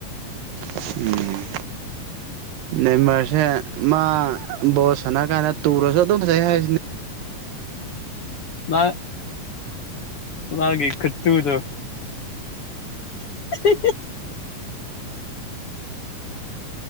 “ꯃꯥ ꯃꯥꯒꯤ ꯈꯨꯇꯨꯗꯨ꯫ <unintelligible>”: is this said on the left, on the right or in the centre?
Left